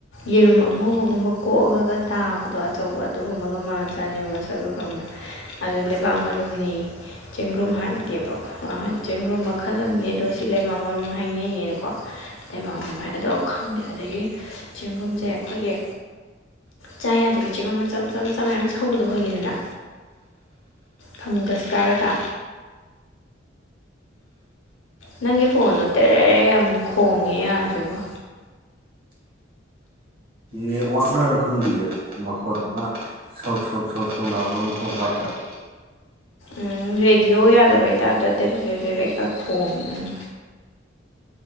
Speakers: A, on the left (about 90°); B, on the right (about 50°).
A: ꯌꯦꯔꯨꯝ ꯑꯉꯧꯕꯒꯨꯝꯕ ꯀꯣꯛꯑꯒ ꯇꯥꯕꯗꯣ ꯑꯆꯧꯕ ꯑꯗꯨ ꯑꯗꯨꯒꯒꯨꯝꯕꯒ ꯃꯥꯜ ꯆꯥꯅꯕ ꯃꯁꯛꯒ ꯈꯪꯕ ꯑꯗꯨ ꯂꯩꯕꯥꯛ ꯃꯔꯨꯝꯅꯤ ꯆꯦꯡꯒ꯭ꯔꯨꯝ ꯍꯥꯏꯗꯤ ꯆꯦꯡꯒ꯭ꯔꯨꯝ ꯃꯈꯜ ꯑꯃ ꯑꯗꯣ ꯁꯤ ꯂꯩꯕꯥꯛ ꯃꯔꯨꯝ ꯍꯥꯏꯅꯩꯌꯦꯅꯀꯣ ꯂꯩꯕꯥꯛ ꯃꯔꯨꯝ ꯍꯥꯏ ꯑꯗꯣ ꯈꯪꯗꯦ ꯑꯗꯒꯤ ꯆꯦꯡꯒ꯭ꯔꯨꯝꯁꯦ ꯑꯩꯈꯣꯏꯒꯤ ꯆꯥ ꯌꯥꯗꯕ ꯆꯦꯡꯒꯨꯝ ꯃꯆꯝ ꯆꯝ ꯆ ꯃꯌꯥꯝ ꯁꯧꯕꯗꯣ ꯐꯪꯉꯤꯗꯅ ꯐꯪꯒꯁ ꯀꯥꯔꯒ ꯅꯪꯒꯤ ꯐꯣꯟꯗꯣꯇꯦ ꯌꯥꯝꯅ ꯈꯣꯡꯉꯦ ꯌꯥꯗ꯭ꯦꯕ
B: ꯅꯦꯠꯋꯥꯛꯅꯔ ꯈꯪꯗꯌꯦ ꯃꯈꯣꯠ ꯑꯃ ꯁꯛ ꯁꯛ ꯁꯧ ꯁꯧ ꯂꯥꯎ ꯑꯃ ꯊꯣꯛꯄ ꯍꯥꯏꯇꯥꯔꯦ
A: ꯎ ꯔꯦꯗꯤꯑꯣ ꯌꯥꯗꯕ ꯍꯥꯏꯇꯥꯥꯔꯗꯤ ꯇꯦꯔꯦ ꯇꯦꯔꯦ ꯇꯦꯔꯦꯀ ꯈꯣꯡꯉꯦ ꯅꯪ